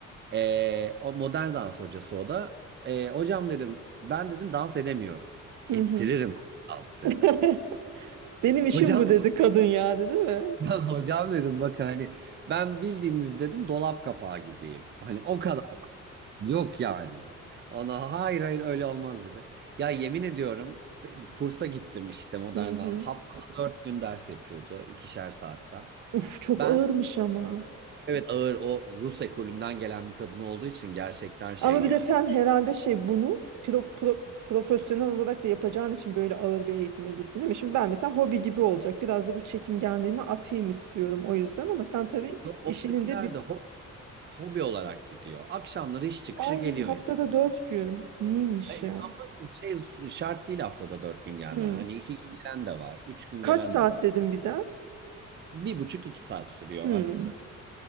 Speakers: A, on the right; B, on the right.
A: Ee, o modern dans hocası o da. Ee, hocam dedim ben dedim dans edemiyorum.
B: Hı
A: Ettiririm
B: hı.
A: dans dedi.
B: <laughs> Benim işim
A: Hocam
B: bu dedi
A: <laughs>
B: kadın yani değil mi?
A: hocam hocam dedim bakın hani ben bildiğiniz dedim dolap kapağı gibiyim. Hani o kadar yok yani. Ona hayır hayır öyle olmaz dedi. Ya yemin ediyorum t- kursa gittim işte modern
B: Hı hı.
A: dans. Haftada dört gün ders yapıyordu ikişer saatten.
B: Uf çok
A: Ben
B: ağırmış ama.
A: evet ağır o Rus ekolünden gelen bir kadın olduğu için gerçekten şey
B: Ama bir
A: yani.
B: de sen herhalde şey bunu pro- pro- profesyonel olarak da yapacağın için böyle ağır bir eğitime gittin değil mi? Şimdi ben mesela hobi gibi olacak. Biraz da bu çekingenliğimi atayım istiyorum o yüzden ama sen tabii
A: Yok
B: işinin
A: oradakiler
B: de bir
A: de hobi olarak gidiyor. Akşamları iş çıkışı
B: ay
A: geliyor
B: haftada
A: insan.
B: dört gün. İyiymiş
A: E,
B: ya.
A: ama şey şart değil haftada dört gün gelmen.
B: Hı.
A: Hani iki gün gelen de var, üç gün
B: Kaç
A: gelen
B: saat
A: de var.
B: dedim bir ders?
A: Bir buçuk iki saat sürüyor
B: Hı.
A: arası.